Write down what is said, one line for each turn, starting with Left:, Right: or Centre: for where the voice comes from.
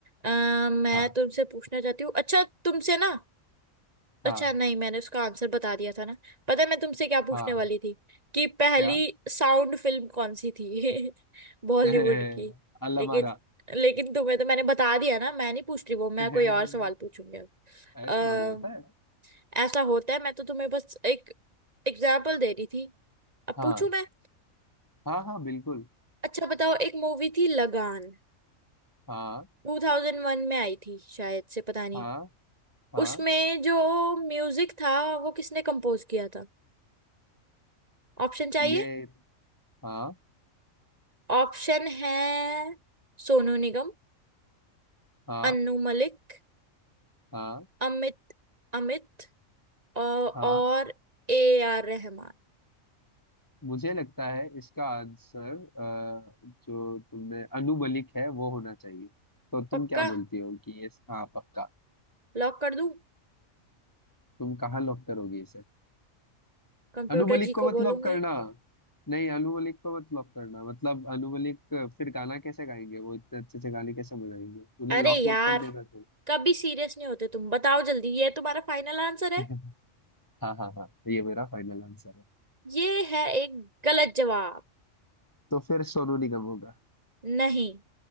Right: आ, मैं
Left: हाँ
Right: तुमसे पूछना चाहती हूँ अच्छा तुमसे ना अच्छा
Left: हाँ
Right: नहीं मैंने उसका आंसर बता दिया था ना पता है मैं तुमसे क्या पूछने
Left: हाँ
Right: वाली थी कि पहली
Left: क्या
Right: साउंड फिल्म कौन सी थी <laughs> बॉलीवुड
Left: <laughs>
Right: की
Left: अल्लमारा
Right: लेकिन लेकिन तुम्हें तो मैंने बता दिया ना मैं नहीं पूछ रही वो मैं
Left: <laughs>
Right: कोई और सवाल पूछूंगी अब
Left: ऐसे थोड़ी होता है
Right: ऐसा होता है मैं तो तुम्हें बस एक एग्जाम्पल दे रही थी अब
Left: हाँ
Right: पूछूं मैं
Left: हाँ हाँ बिल्कुल
Right: अच्छा बताओ एक मूवी थी लगान
Left: हाँ
Right: 2001 में आई थी शायद से पता नहीं
Left: हाँ हाँ
Right: उसमें जो म्यूजिक था वो किसने कंपोज किया था ऑप्शन चाहिए
Left: ये हाँ
Right: ऑप्शन है सोनू निगम
Left: हाँ
Right: अन्नू मलिक
Left: हाँ
Right: अमित अमित अ, और
Left: हाँ
Right: ए आर रहमान
Left: मुझे लगता है इसका आंसर अ, जो तुमने अनुबलिक है वो होना चाहिए तो तुम
Right: पक्का
Left: क्या बोलती हो कि ये हाँ पक्का
Right: लॉक कर दूं
Left: तुम कहाँ लॉक करोगे
Right: कंप्यूटर
Left: अनु मलिक
Right: जी
Left: को
Right: को
Left: मत
Right: बोलूंगी
Left: लॉक करना नहीं अनु मलिक को मत लॉक करना मतलब अनु मलिक फिर गाना कैसे गाएंगे वो इतने अच्छे अच्छे गाने कैसे बजाएंगे उन्हें
Right: अरे
Left: लॉक
Right: यार
Left: मत कर देना तो
Right: कभी सीरियस नहीं होते तुम बताओ जल्दी ये तुम्हारा फाइनल आंसर है
Left: <laughs> हाँ हाँ हाँ ये मेरा फाइनल आंसर है
Right: ये है एक गलत जवाब
Left: तो फिर सोनू निगम होगा
Right: नहीं